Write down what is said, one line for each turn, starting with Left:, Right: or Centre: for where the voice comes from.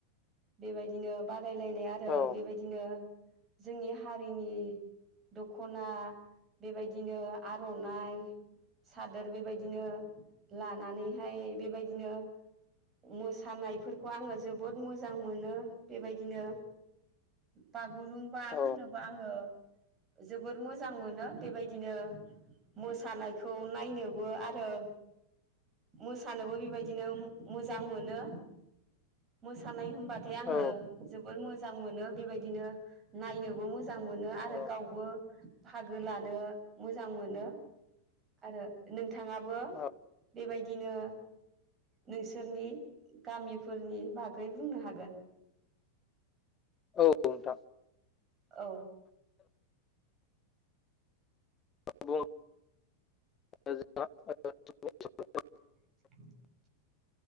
Right: बेबायदिनो बादायलायनाय आरो
Left: औ औ
Right: बेबायदिनो जोंनि हारिनि दख'ना बेबायदिनो आर'नाइ सादोर बेबायदिनो लानानैहाय बेबायदिनो मोसानायफोरखौ आङो जोबोद मोज जां मोनो बेबायदिनो बागुरुमबा
Left: औ
Right: होनोबा आङो जोबोद मोजां मोनो बेबायदिनो मोसानाय खौ नायनोबो आरो मोसानोबो बेबायदिनो मोजां मोनो मोसा थानाय होमबाथाय आङो
Left: औ
Right: जोबोद मोजां मोनो बेबायदिनो नायनोबो मोज जां मोनो आरो
Left: औ
Right: गावबो फागो लानो मोजां मोनो आरो नों थाङाबो
Left: औ
Right: बेबायदिनो नोंसोरनि गामिफोरनि बागै बुंनो हागोन।
Left: औ नोंथां।
Right: औ
Left: बुङो <unintelligible>
Right: <unintelligible>